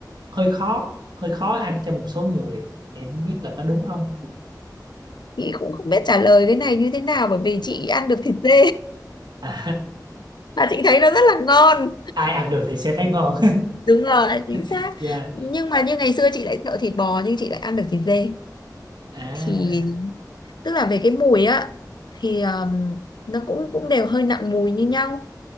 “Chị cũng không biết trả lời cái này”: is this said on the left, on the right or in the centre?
Left